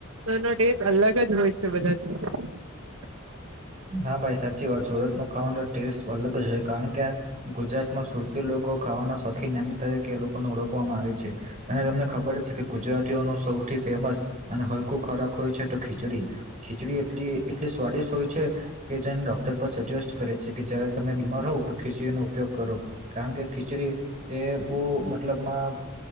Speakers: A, on the right; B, on the right.
A: નો દેશ અલગ જ હોય છે. બજાતી.
B: હા ભાઈ સાચી વાત સુરત ન ખાવાનો ટેસ્ટ અલગ જ છે કારણ કે ગુજરાતમાં સુરતી લોકો ખાવાનું. ના સખી નામ તરીકે લોકોને ઓળખવામાં આવે છે અને તમને ખબર છે કે ગુજરાતીઓનું સૌથી ફેમસ. ત અને હલકું ખોરાક હોય છે તો ખીચડી ખીચડી એટલી એટલી સ્વાદિષ્ટ હોય છે. કે જેને ડોક્ટર પર સજેસ્ટ કરે છે કે જ્યારે તમે બીમાર હોવ તો ખીચડી નનો ઉપયોગ કરો કારણ કે ખીચ. ચરી એ બહ મતલબમાં.